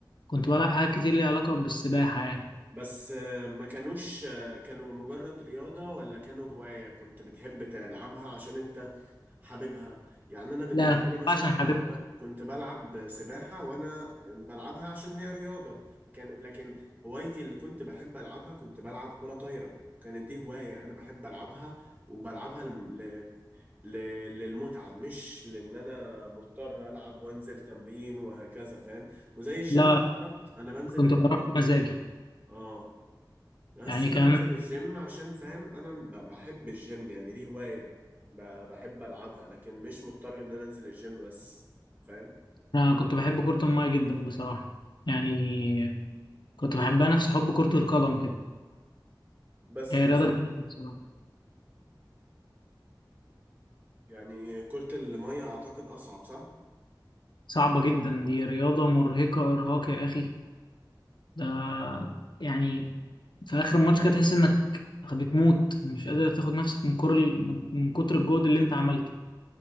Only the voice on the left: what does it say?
كنت بلعب حاجات كتير ليها علاقه بالسباحه يعني
لا انا كنت بلعب
عشان حاببها
لا
كنت بروح
بمزاجي
يعني
كمان
انا كنت بحب كره الميه جدا بصراحه يعني كنت بحبها نفس حب كرة القدم كده
هي
رياضة جميلة بصراحة
صعبة جدا دي رياضة مرهقة إرهاق يا أخي ده يعني في آخر الماتش كده تحس إنك بتموت مش قادر تاخد نفسك من كر من من كتر الجهد اللي أنت عملته